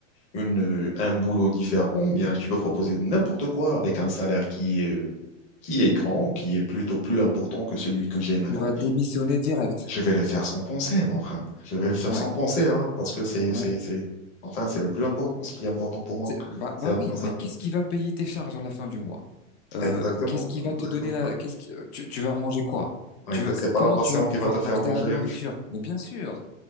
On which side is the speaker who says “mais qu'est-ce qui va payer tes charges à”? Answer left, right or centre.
Left